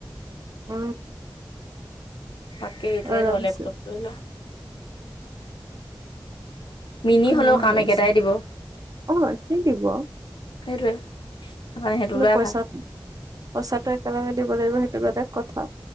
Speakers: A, on the right; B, on the left.
A: উম।
B: তাতকে এইটোয়ে
A: আৰামছে
B: ল লেপটপটোৱে ল। মিনি
A: কিমান
B: হলেও কাম
A: হৈ
B: একেটাই
A: আছে?
B: দিব
A: অ আজিয়ে দিব।
B: সেইটোৱে। সেইকাৰণে সেইটো
A: কিন্তু
B: লোৱাই
A: পইচা
B: ভাল
A: ন পইচাটো একেলগে দিব লাগিব সেইটো বেলেগ কথা।